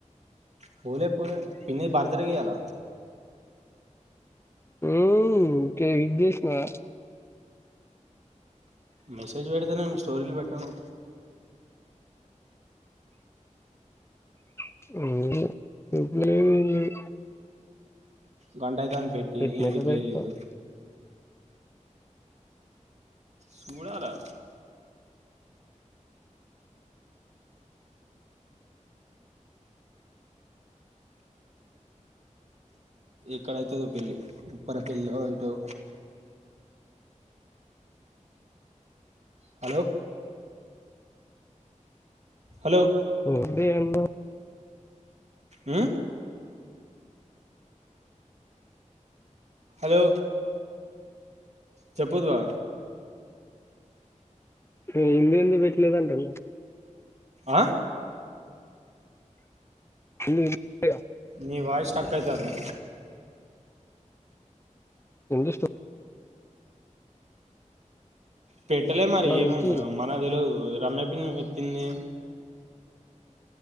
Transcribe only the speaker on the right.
పోలే పోలే పిన్ని బర్తుడే ఈయాల
మెసేజ్ వెడుత నేను స్టోరీలు పెట్టను
గంట అయితాంది పెట్టి
ఏ రిప్లై లేదు
చూడాలా ఎక్కడైతదో పెళ్లి ఉప్పరపెల్లో ఇటో హలో హలో
ఉ హలో చెప్పుద్వా
ఆ
నీ వాయిస్ స్ట్రక్ అయితాంది
పెట్టలే మరి
ఏమో
మరి మనకు తెలువదు రమ్య పిన్ని పెట్టింది.